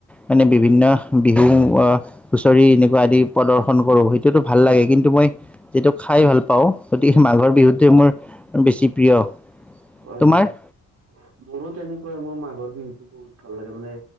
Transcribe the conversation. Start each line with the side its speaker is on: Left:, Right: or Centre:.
Centre: মানে বিভিন্ন বিহুৰ হুঁচৰি এনেকুৱা আদি প্ৰদৰ্শন কৰোঁ সেইটোতো ভাল লাগে। কিন্তু মই যিটো খাই ভাল পাওঁ। গতিকে, মাঘৰ
Right: হয়
Centre: বিহুটোৱে মোৰ বেছি প্ৰিয়।
Right: হয়,
Centre: তোমাৰ
Right: হয়। মোৰো তেনেকুৱাই। মোৰ মাঘৰ বিহুতো বহুত ভাল লাগে মানে,